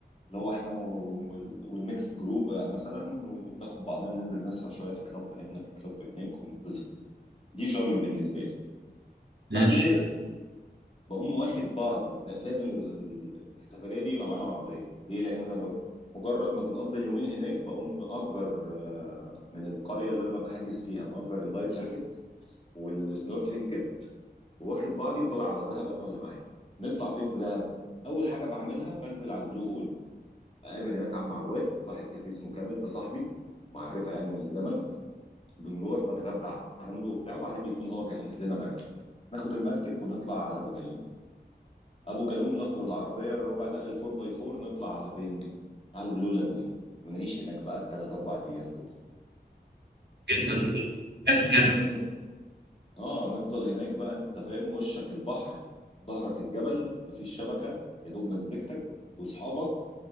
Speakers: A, on the left; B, on the right.
A: اللي هو احنا وال- والميكس جروب مثلا وناخد بعضنا ننزل نسهر شويه في كلاب هنا في كلاب هناك ونتبسط دي شرم بالنسبه لي
B: ماشي
A: بعد كده بقوم واخد بعضي لا لازم ال- ال- السفريه دي يبقى معانا عربيه ليه لان انا ب- مجرد ما بنقضي اليومين هناك بقوم مأجر آه، من القريه اللي انا ببقى حاجز فيها مأجر اللايف جاكيت والسنوركلينج كيت واخد بعضي وطالع على دهب انا واللي معايا نطلع فين في دهب اول حاجه بعملها بنزل على البلو هول اقابل هناك عم عواد صاحب كافيه اسمه كامل ده صاحبي معرفه يعني من زمن بنروح بتغدى عنده وبتاع وبعدين بيكون هو جهز لنا مركب ناخد المركب ونطلع على ابو جالوم ابو جالوم ناخد العربيه الربع نقل الفور باي فور نطلع على فين على البلو لاجون ونعيش هناك بقى الثلاث اربع ايام دول
B: جدا فكرة حلوة
A: ن- اه نفضل هناك بقى انت فاهم وشك البحر ظهرك الجبل مفيش شبكه يا دوب مزجتك واصحابك